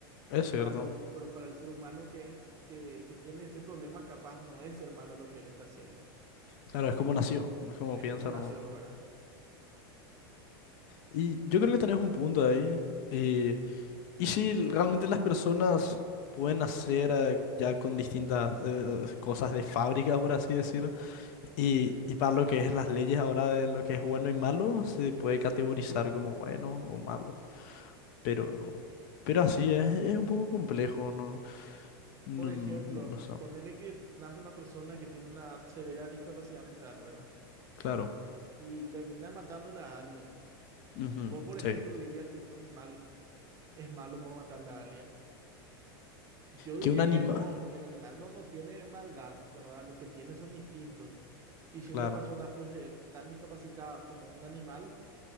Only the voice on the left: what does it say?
es
cierto.
Claro, es como nació, es como
piensa,
¿no?
Y yo creo que tenés un punto ahí. Y, y si realmente las personas pueden nacer eh, ya con distintas eh, cosas de fábrica, por así decir. Y, y para lo que es las leyes ahora de lo que es bueno y malo, se puede categorizar como bueno o malo. Pero, pero así es, es un poco complejo, ¿no? No,
no, no sé.
Claro.
Ujú,
sí.
Que un animal.
Claro.